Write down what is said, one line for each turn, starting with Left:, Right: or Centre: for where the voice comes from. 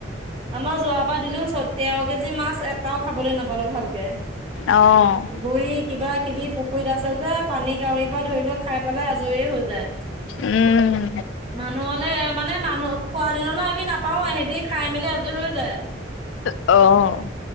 Right: আমাৰ যোৱাবাৰ দিলো চৌধ তেৰ কেজি মাছ এটাও খাবলৈ নাপালো ভালকে।
Left: অ
Right: গুৰি কিবা কিবি পুখুৰীত আছে যে পানী কাউৰীৰ পৰা ধৰি লও খাই পেলাই আজৰি হৈ <unintelligible>
Left: উম
Right: মানুহ হলে মানে মানুহ খোৱা দিনলৈ আমি নাপাৱে হেদি খাই মেলি আজৰি হৈ যায়
Left: অ